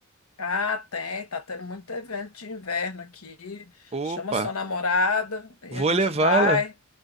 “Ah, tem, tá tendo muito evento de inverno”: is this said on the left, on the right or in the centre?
Left